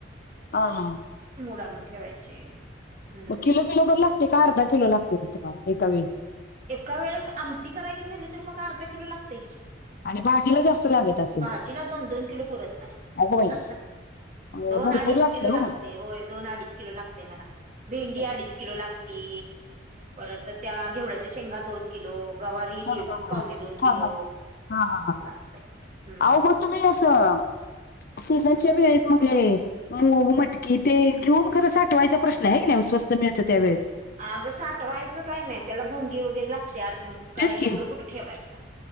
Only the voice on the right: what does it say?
मोड आणून ठेवायचे हम्म
एका वेळेस आमटी करायची झाली तर मग अर्धा किलो लागतंय की.
भाजीला दोन दोन किलो पुरत नाही.
दोन
अडीच
किलो लागतंय
होय, दोन अडीच किलो लाग ते मला भेंडी
अडीच किलो लागती, परत अ त्या घेवड चे शेंगा दोन किलो, गवारी
दीड
पावणे दोन
किलो.
असं
लागतय हम्म
अगं साठवायचं काही नाही, त्याला भोंगी वगैरे लागत्यात मग काय
एवढं
कुठं ठेवायचं